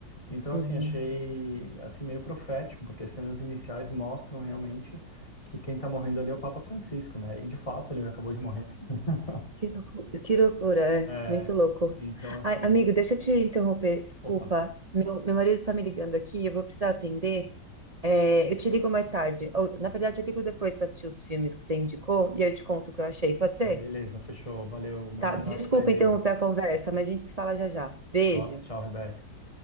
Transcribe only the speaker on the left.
Então
assim achei assim meio profético, porque as cenas iniciais mostram realmente que quem está morrendo ali é o Papa Francisco, né? E de fato ele acabou de morrer. <laughs>
É,
então assim,
opa,
beleza, fechou, valeu, manda
um abraço
para ele aí.
Tchau, tchau, Rebeca.